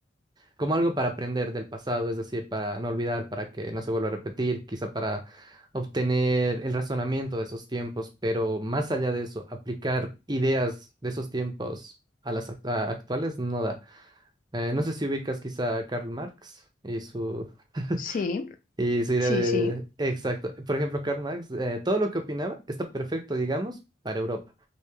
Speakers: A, on the right; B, on the left.
A: como algo para aprender del pasado, es decir, para no olvidar, para que no se vuelva a repetir, quizá para obtener el razonamiento de esos tiempos, pero más allá de eso, aplicar ideas de esos tiempos a las act- a actuales no da. Eh, no sé si ubicas quizá a Karl Marx y su, <laughs>
B: sí,
A: y su idea
B: sí,
A: de...
B: sí,
A: Exacto. Por ejemplo, Karl Marx, eh, todo lo que opinaba está perfecto, digamos, para Europa,